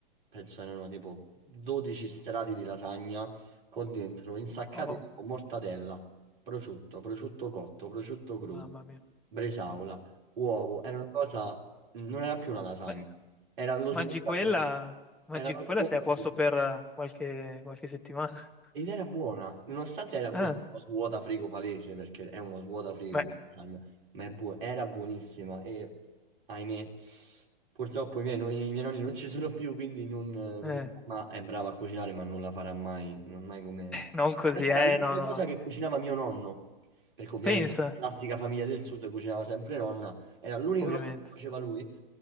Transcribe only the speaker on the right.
penso erano tipo 12 strati di lasagna con dentro insaccati
tipo mortadella, prosciutto, prosciutto cotto, prosciutto crudo,
bresaola, uovo. Era una cosa, non era più una lasagna,
era lo
svuota.
Era lo
svuota.
Ed era buona, nonostante era- fosse
uno svuotafrigo palese, perché è uno svuotafrigo,
quella lasagna, ma è buo- era buonissima e ahimè, purtroppo i miei, no- i miei nonni non ci sono più, quindi non, non
mi- ma è brava a cucinare, ma non la farà mai, non mai come... in
realtà
Era l'unica
cosa che cucinava mio nonno, perché ovviamente
classica famiglia del sud cucinava sempre nonna, era l'unica
cosa che faceva lui.